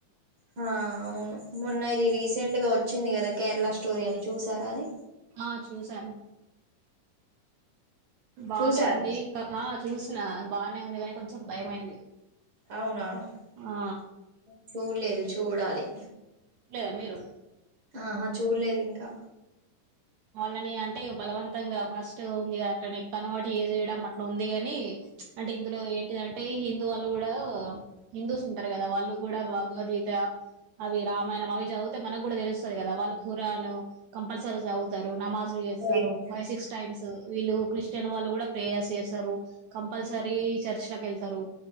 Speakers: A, on the right; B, on the right.
A: హా అవును మొన్న ఇది రీసెంట్ గా వచ్చింది కదా కేరళ స్టోరీ అని చూసారా అది
B: ఆ చూసాను బానే
A: చూసారా
B: ఉంది క ఆ చూస్ నా బానే ఉంది గానీ కొంచెం భయమైంది
A: అవునా
B: ఆ
A: <inaudible> చూడలేదు చూడాలి
B: లేదా మీరు
A: ఆహా చూడలేదు ఇంకా
B: వాళ్ళని అంటే బలవంతంగా ఫస్ట్ ఉంది అట్ని ఎ కనవాటి ఏ చేయడం అట్లా ఉంది ని అంటే ఇందులో ఏంటిదంటే హిందూ వాళ్ళు కూడా హిందూస్ ఉంటారు కదా వాళ్ళు కూడా భాగవద్ అవి రామాయణం అవి చదివితే మనకు కూడా తెలుస్తుంది కదా వాళ్ళ కూరను కంపల్సరీ చదువు నమాజులు చేస్తారు
A: బైబిల్
B: ఫై సిక్స్ టైమ్స్ వీళ్ళు క్రిస్టియన్ వాళ్ళు కూడా ప్రేయర్స్ చేస్తారు కంపల్సరీ
A: ఉమ్.
B: చర్చ లోకి వెళ్తారు